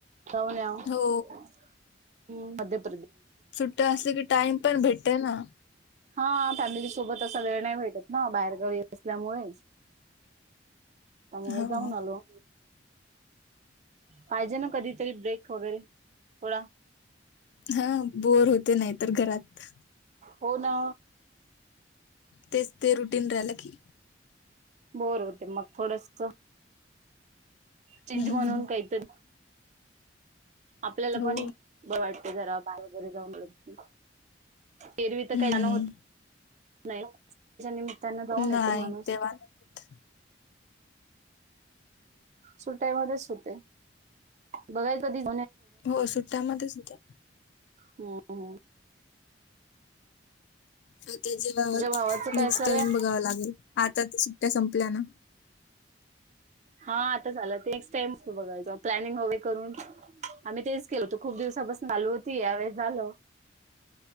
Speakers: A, on the right; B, on the left.
A: तव <unintelligible>
B: हो.
A: मध्ये.
B: सुट्ट्या असते की टाइम पण भेटते ना.
A: हा फॅमिली सोबत असा वेळ नाही भेटत ना बाहेरगावी असल्यामुळे. त्यामुळे
B: हो.
A: जाऊन आलो. पाहिजे ना कधीतरी ब्रेक वगैरे थोडा.
B: हा बोर होते नाही तर घरात.
A: हो ना
B: तेच ते रुटीन राहिलं की.
A: बोर होते मग थोडंसं. चेंज
B: हं,
A: म्हणून
B: हं.
A: काहीतरी. आपल्याला
B: हो.
A: पण बर वाटते जरा बाय वगैरे जाऊन ब येरवी तर
B: हं.
A: काही जाण होत नाही त्या. त्यांना जाऊन
B: नाही,
A: येते माणूस.
B: तेव्हा नाही होत.
A: सुट्ट्या मधेच होते बघाय कधीन.
B: हो सुट्ट्यामध्ये सुद्धा
A: हम्म ह
B: त्या जेव्हा
A: तुझ्या भावाचं काय
B: नेक्स्ट
A: चालू
B: टाइम
A: आहे
B: बघावा लागेल आता त्या सुट्ट्या संपल्या ना.
A: हा आता झाला ते नेक्स्ट टाइम बघायचा प्लॅनिंग हवे करून घ्यायचं. आम्ही तेच केल होतो खूप दिवसापासून चालू होती या वेळेस झाल.